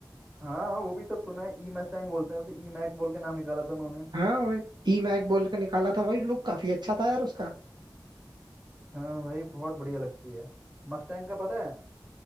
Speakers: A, on the right (about 20°); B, on the right (about 70°).
A: हाँ हाँ वो भी सब सुना है ई मस्टैंग बोलते हैं उसे ई मैक बोल के नाम निकाला था उन्होंने
B: हाँ भाई ई मैक बोल के निकाला था भाई लुक काफी अच्छा था यार उसका
A: हाँ भाई बहुत बढ़िया लगती है मस्टैंग का पता है